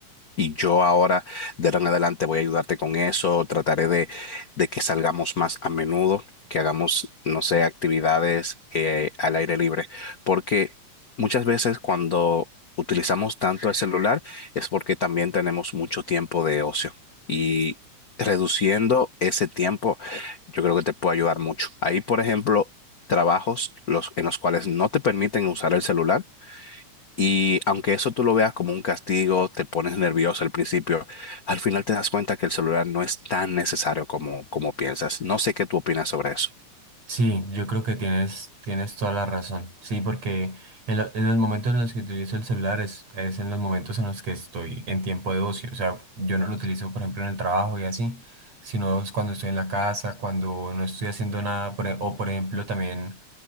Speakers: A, on the left (about 75°); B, on the right (about 55°).
A: y yo ahora, de ahora en adelante, voy a ayudarte con eso. Trataré de, de que salgamos más a menudo, que hagamos, no sé, actividades eh, al aire libre. Porque muchas veces cuando utilizamos tanto el celular es porque también tenemos mucho tiempo de ocio. Y reduciendo ese tiempo, yo creo que te puede ayudar mucho. Ahí, por ejemplo, trabajos los, en los cuales no te permiten usar el celular y aunque eso tú lo veas como un castigo, te pones nervioso al principio, al final te das cuenta que el celular no es tan necesario como, como piensas. No sé qué tú opinas sobre eso.
B: Sí, yo creo que tienes, tienes toda la razón. Sí, porque en, lo- en los momentos en los que utilizo el celular es, es en los momentos en los que estoy en tiempo de ocio. O sea, yo no lo utilizo, por ejemplo, en el trabajo y así, sino es cuando estoy en la casa, cuando no estoy haciendo nada, por e- o por ejemplo, también